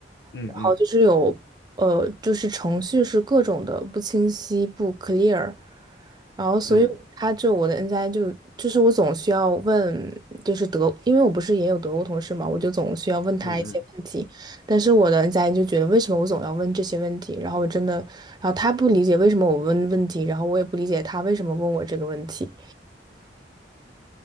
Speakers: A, on the left; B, on the right.
A: 嗯嗯
B: 然后就是有，呃，就是程序是各种的不清晰、不 clear，然后所以他就我的
A: 嗯
B: N 加 i 就就是我总需要问，就是德，因为我不是也有德国同事嘛，我就总需要问他一些问题。
A: 嗯嗯嗯。
B: 但是我的 n 加 i 就觉得为什么我总要问这些问题，然后我真的，然后他不理解为什么我问问题，然后我也不理解他为什么问我这个问题。